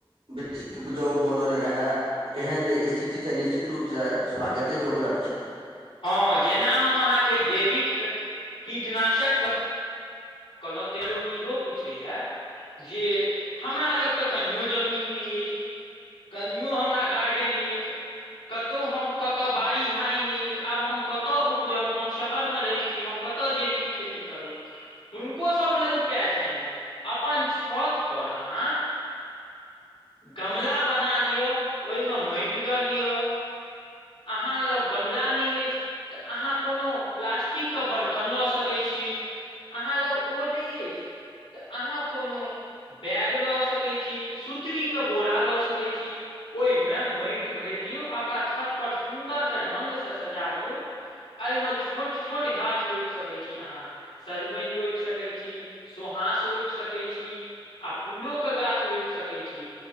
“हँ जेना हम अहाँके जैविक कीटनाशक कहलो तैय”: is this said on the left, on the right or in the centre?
Left